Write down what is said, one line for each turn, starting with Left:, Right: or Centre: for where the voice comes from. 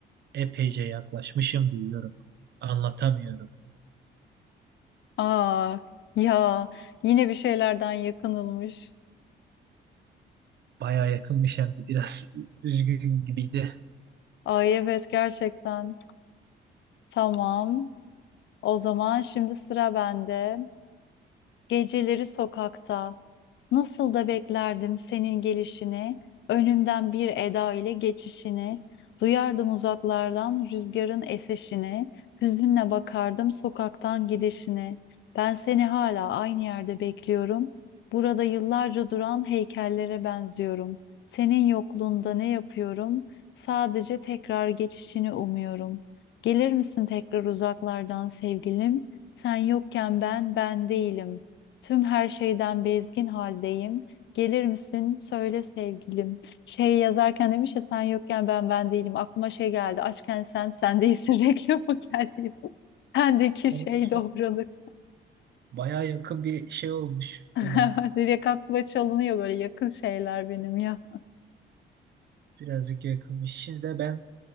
Right: Epeyce yaklaşmışım duyuyorum. Anlatamıyorum.
Left: Aa ya yine bir şeylerden yakınılmış.
Right: Baya yakınmış hem de biraz <laughs> üzgün gibiydi.
Left: Ay evet gerçekten. Tamam. O zaman şimdi sıra bende. Geceleri sokakta. Nasıl da beklerdim senin gelişini, önümden bir eda ile geçişini, duyardım uzaklardan rüzgarın eseşini, hüzünle bakardım sokaktan gidişini. Ben seni hala aynı yerde bekliyorum. Burada yıllarca duran heykellere benziyorum. Senin yokluğunda ne yapıyorum? Sadece tekrar geçişini umuyorum. Gelir misin tekrar uzaklardan sevgilim? Sen yokken ben ben değilim. Tüm her şeyden bezgin haldeyim. Gelir misin? Söyle sevgilim. Şey yazarken demiş ya sen yokken ben ben değilim. Aklıma şey geldi. Açken sen sen değilsin <laughs> reklamı geldi. Bendeki
Right: Ona
Left: şey
Right: da çok
Left: dobralık.
Right: baya yakın bir şey olmuş
Left: <laughs>
Right: ona.
Left: Direkt aklıma çalınıyor böyle yakın şeyler benim ya.
Right: Birazcık yakınmış. Şimdi de ben